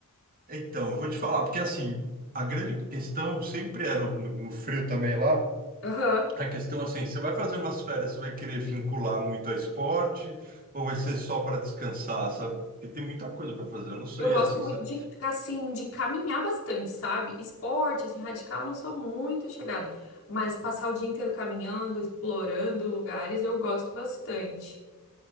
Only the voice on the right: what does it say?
Então, eu vou te falar, porque assim, a grande questão sempre é no, no, no frio também lá.
A questão assim, você vai fazer umas férias, você vai querer vincular muito a esporte ou vai ser só para descansar, sabe? Porque tem muita coisa para fazer. Eu não sei
assim,
você